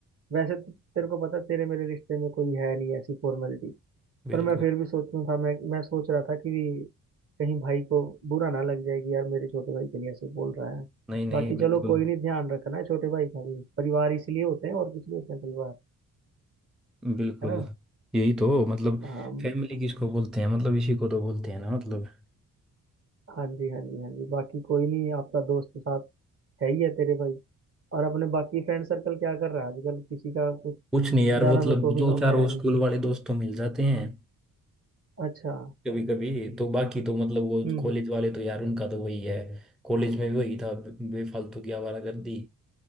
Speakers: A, on the right; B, in the centre.
A: वैसे तो तेरे को पता है, तेरे मेरे रिश्ते में कोई है नहीं ऐसी फॉर्मेलिटी
B: बिल्कुल
A: पर मैं फिर भी सोचता था मैं मैं सोच रहा था कि कहीं भाई को बुरा ना लग जाएगी यार मेरे छोटे भाई के लिए ऐसे बोल रहा है
B: नहीं नहीं
A: बाकी
B: बिल्कुल
A: चलो कोई नहीं ध्यान रखना है छोटे भाई का भी परिवार इसीलिए होते हैं और कुछ नहीं होते हैं परिवार
B: बिल्कुल
A: है ना
B: यही तो मतलब
A: हाँ
B: फैमिली
A: ब-
B: किसको बोलते हैं मतलब इसी को तो बोलते हैं ना मतलब
A: हाँ जी हाँ जी हाँ जी बाकी कोई नहीं आपका दोस्त के साथ है ही है तेरे भाई और अपने बाकी फ्रेंड सर्कल क्या कर रहा है आजकल किसी का कुछ
B: कुछ नहीं यार
A: ज्यादा
B: मतलब
A: मेरे को भी
B: जो
A: नो-
B: चारों
A: है नहीं
B: स्कूल वाले दोस्त तो मिल जाते हैं
A: अच्छा
B: कभी कभी तो बाकी तो मतलब वो
A: हम्म
B: कॉलेज
A: हम्म
B: वाले तो यार उनका तो वही है कॉलेज में भी वही था बे- बेफालतू की आवारागर्दी